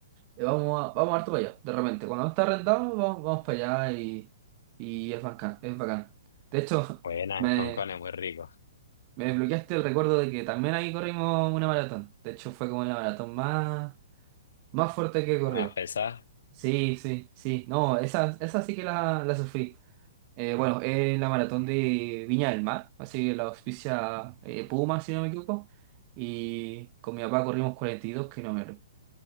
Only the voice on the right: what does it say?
Eh, Vamos a, vamos harto para allá, de repente. Cuando no está rentado, vamos, vamos para allá y, y es bacán, es bacán. De hecho,
<laughs> me,
me desbloqueaste el recuerdo de que también ahí corrimos una maratón. De hecho, fue como la maratón más, más fuerte que he corrido.
Sí, sí, sí. No, esa, esa sí que la, la sufrí. Eh, bueno, es la maratón de Viña del Mar, así que la auspicia eh, Puma, si no me equivoco. Y con mi papá corrimos 42 kilómetros.